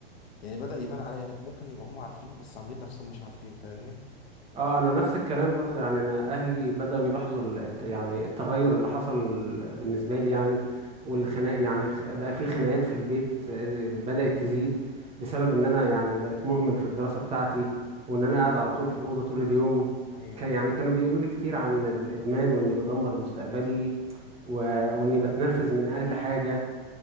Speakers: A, on the left; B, on the right.
A: يعني بدأ يبان عليا يعني ممكن يبقى هم عارفين بس عاملين نفسهم مش عارفين فاهمني
B: اه انا نفس الكلام برضه يعني انا اهلي بداوا يلاحظوا ال- الت- يعني التغير اللي حصل بالنسبه لي يعني والخناق يعني الخ- بقى في خناقات في البيت آه، بدات تزيد بسبب ان انا يعني بقت مهمل في الدراسه بتاعتي وان انا قاعد على طول
A: اه
B: في الاوضه طول اليوم
A: ايوه
B: كان يعني كانوا بيقولوا لي كتير عن الادمان واني بدمر مستقبلي و... واني بتنرفز من اقل حاجه